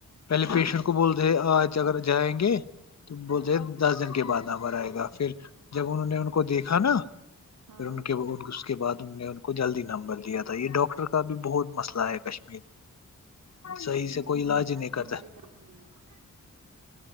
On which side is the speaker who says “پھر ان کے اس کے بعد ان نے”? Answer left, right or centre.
Left